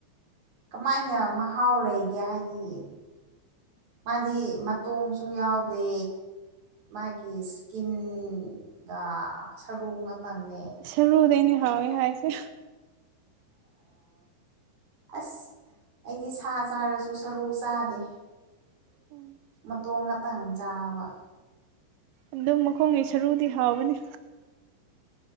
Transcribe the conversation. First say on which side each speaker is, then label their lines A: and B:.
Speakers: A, on the right; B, on the right.
A: ꯀꯃꯥꯏꯅ ꯃꯍꯥꯎ ꯂꯩꯒꯦ ꯍꯥꯏꯗꯤ ꯃꯥꯗꯤ ꯃꯇꯣꯡꯁꯨ ꯌꯥꯎꯗꯦ ꯃꯥꯒꯤ ꯁꯀꯤꯟꯒ ꯁꯔꯨ ꯉꯄꯪꯅꯦ
B: ꯁꯔꯨꯗꯩꯅꯦ ꯍꯥꯎꯋꯦ ꯍꯥꯏꯁꯦ
A: ꯑꯁ ꯑꯩꯗꯤ ꯁꯥ ꯆꯥꯔꯁꯨ ꯁꯔꯨ ꯆꯥꯗꯦ
B: ꯎꯝ
A: ꯃꯇꯣꯡ ꯉꯥꯛꯇꯪ ꯆꯥꯕ
B: ꯑꯗꯨꯝ ꯃꯈꯣꯡꯒꯤ ꯁꯔꯨꯗꯤ ꯍꯥꯎꯕꯅꯤ